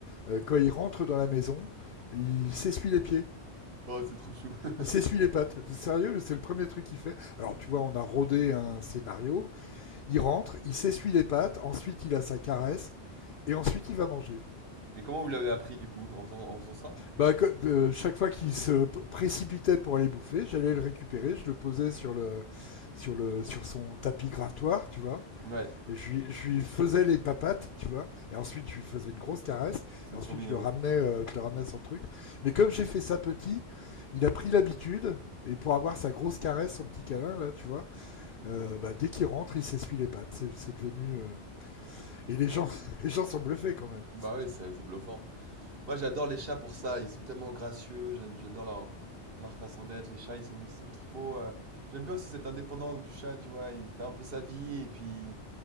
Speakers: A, on the left (about 55°); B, on the right (about 55°).
A: euh, quand il rentre dans la maison, il s'essuie les pieds,
B: Oh, c'est trop chou. <laughs>
A: il s'essuie les pattes. Sérieux, c'est le premier truc qu'il fait. Alors tu vois, on a rodé un scénario, il rentre, il s'essuie les pattes, ensuite il a sa caresse, et ensuite il va manger.
B: Mais comment vous l'avez appris du coup? En faisant, en faisant ça?
A: Bah, que- euh, chaque fois qu'il se précipitait pour aller bouffer, j'allais le récupérer, je le posais sur le, sur le, sur son tapis grattoir, tu vois.
B: Ouais,
A: je lui, je lui faisais les papates, tu vois, et ensuite je lui faisais une grosse caresse,
B: c'est
A: et ensuite
B: trop mignon.
A: je le ramenais, euh, je le ramenais à son truc. Mais comme j'ai fait ça petit, il a pris l'habitude, et pour avoir sa grosse caresse, son petit câlin, là, tu vois, euh, bah, dès qu'il rentre, il s'essuie les pattes. C'est, c'est devenu. euh, Et les gens, <laughs> les gens sont bluffés quand même.
B: Bah ouais, c'est c'est bluffant. Moi, j'adore les chats pour ça. Ils sont tellement gracieux. j'a- J'adore leur, leur façon d'être. Les chats, ils sont, ils sont trop. euh, J'aime bien aussi cette indépendance du chat, tu vois. Il fait un peu sa vie et puis